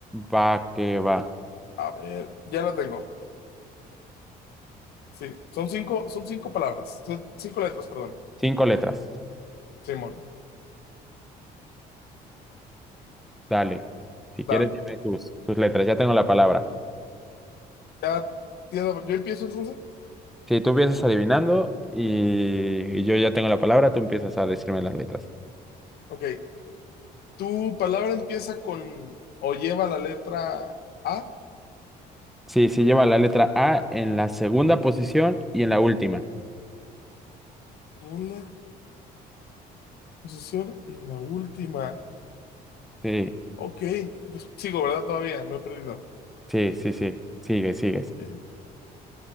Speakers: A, in the centre; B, on the left.
A: Va que va.
B: A ver, ya la tengo. Sí, son cinco, son cinco palabras, son cinco letras, perdón.
A: Cinco letras.
B: Simón,
A: Dale. Si
B: dale.
A: quieres, dime tus, tus letras. Ya tengo la palabra.
B: Ya tienes, la- yo empiezo entonces.
A: Si tú empiezas adivinando y, y yo ya tengo la palabra, tú empiezas a decirme las letras.
B: Ok, tu palabra empieza con o lleva la letra A,
A: Sí, sí lleva la letra A en la segunda posición y en la última.
B: segunda posición y la última.
A: Sí,
B: Ok, pues sigo, ¿verdad? Todavía, no he perdido.
A: sí, sí, sí. Sigue, sigues.
B: Ok,